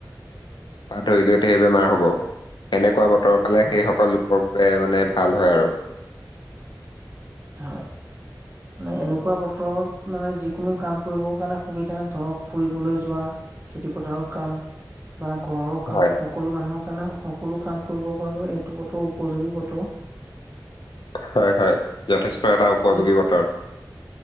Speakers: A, on the left; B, on the right.
A: ধৰিলেও ঢেৰ বেমাৰ হব সেনেকুৱা বতৰৰ পে
B: হয়
A: সেই সকল লোকৰ মানে ভাল হয় আৰু
B: হয় মানে এনেকুৱা বতৰত মানে যিকোনো কাম কৰিবৰ কাৰণে সুবিধা ধৰক ফুৰিবলৈ যোৱা খেতি পথাৰৰ কাম বা ঘৰৰ কাম
A: হয়
B: সকলো মানুহক কাৰণে সকলো কাম কৰিব পাৰো এইটো বতৰ উপযোগী বতৰ
A: হয় হয় যথেষ্ট এটা উপযোগী
B: এই
A: বতৰ